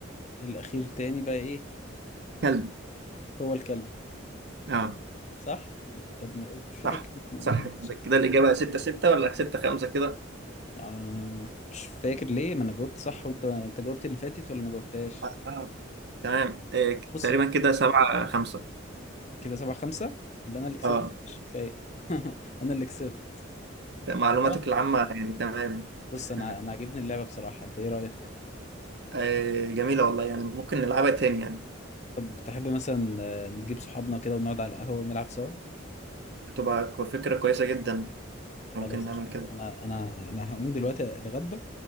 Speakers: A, on the left (about 35°); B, on the right (about 55°).
A: الاخير تاني بقى ايه
B: وكلب
A: هو الكلب
B: اه
A: صح طب ما مش فاكر
B: صح
A: كان اسمه
B: صح
A: ايه
B: كده كده الإجابة ستة ستة ولا ستة خمسة كده
A: آه مش فاكر ليه ما انا جاوبت صح وانت انت جاوبت اللي فاتت ولا ما جاوبتهاش
B: آه. آه، تمام آه،
A: بص
B: تقريبا كده سبعة خمسة
A: كده سبعة خمسة يبقى انا اللي كسبت
B: اه
A: مش كفاية <laughs> انا اللي كسبت
B: معلوماتك
A: صح؟
B: العامة يعني تمام
A: بص انا
B: <laughs>
A: انا عاجبني اللعبة بصراحة انت ايه رأيك
B: آه، جميلة والله يعني ممكن نلعبها تاني يعني
A: طب تحب مثلا آه، نجيب صحابنا كده ونقعد على القهوة ونلعب سوا
B: تبقى كو- فكرة كويسة جدا
A: خلاص
B: ممكن نعمل
A: قشطة.
B: كده
A: انا انا انا هقوم دلوقتي اتغدى